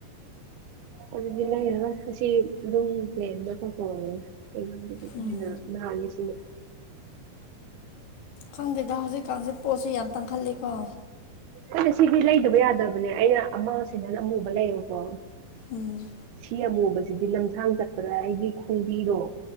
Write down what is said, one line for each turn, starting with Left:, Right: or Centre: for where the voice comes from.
Right: ꯑꯗꯨꯗꯤ ꯂꯩꯔꯔꯣꯢ ꯍꯨꯖꯤꯛ ꯑꯗꯨꯝ ꯄ꯭ꯂꯦꯟꯗ ꯗꯨꯝ ꯇꯣꯡꯉꯅꯤ ꯀꯩꯅꯗ
Left: ꯎꯝ
Right: ꯍꯦꯟꯅ ꯅꯥꯒꯦ ꯁꯤꯅ
Left: ꯈꯪꯗꯦꯗ ꯍꯧꯖꯤꯛꯀꯥꯟꯁꯦ ꯄꯣꯠꯁꯨ ꯌꯥꯝ ꯇꯥꯡꯈꯠꯂꯤꯀꯣ
Right: ꯑꯩꯅ ꯁꯤꯗꯤ ꯂꯩꯗꯕ ꯌꯥꯗꯕꯅꯦ ꯑꯩꯅ ꯑꯃꯁꯤ ꯅ ꯑꯃꯨꯕ ꯂꯩꯕꯀꯣ
Left: ꯎꯝ
Right: ꯁꯤ ꯑꯃꯨꯕꯁꯤꯗꯤ ꯂꯝꯁꯥꯡ ꯆꯠꯄꯗ ꯑꯩꯒꯤ ꯈꯣꯡꯕꯤꯔꯣ